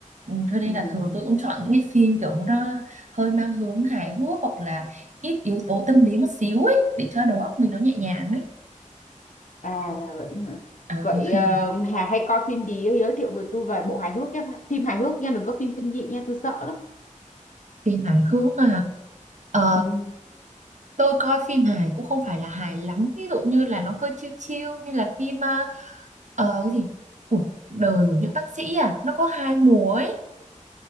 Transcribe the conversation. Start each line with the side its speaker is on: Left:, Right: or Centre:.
Right: ừ, cho nên
Left: ừ.
Right: là thường tôi cũng chọn những cái phim kiểu nó hơi mang hướng hài hước hoặc là ít yếu tố tâm lý một xíu ấy để cho đầu óc mình nó nhẹ nhàng ấy
Left: à
Right: ừ.
Left: vậy hả
Right: Ừ.
Left: vậy
Right: <laughs>
Left: ờ, Hà hay coi phim gì á? giới thiệu với tôi vài bộ hài hước nhé phim hài hước nha đừng có phim kinh dị nha tôi sợ lắm
Right: phim hài hước à ờ
Left: ừ.
Right: tôi coi phim hài cũng không phải là hài lắm ví dụ như là nó hơi chill chill như là phim ờ, ờ, cái gì cuộc đời của những bác sĩ à nó có hai mùa ấy